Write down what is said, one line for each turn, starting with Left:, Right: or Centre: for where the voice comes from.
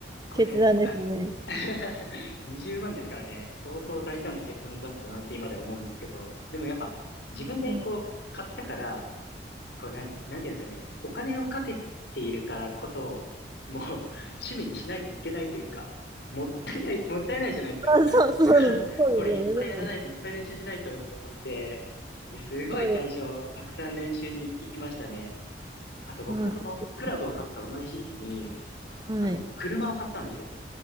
Left: これ、
Right: 決断ですね。
Left: あ <laughs> 20万ですからね、相当大胆な決断だったなって今では思うんですけど、でもやっぱ自分でこう買ったから、
Right: はい
Left: こうなん、なんていうんですかね。お金をかけているからこそ、もう <laughs> 趣味にしないといけないというか、もったいない、もったいないじゃないですか。
Right: あ、<laughs> そう、そう、
Left: だから、
Right: そうですよね。
Left: これいっぱいやらないと、
Right: そうです。
Left: いっぱい練習しないとって思って、ですごい最初、
Right: そうです。
Left: たくさん練習に行きましたね。あと僕はその、
Right: あ、そ
Left: クラブを買った同じ時期に、
Right: うはい。
Left: あの、車を買ったんですよ。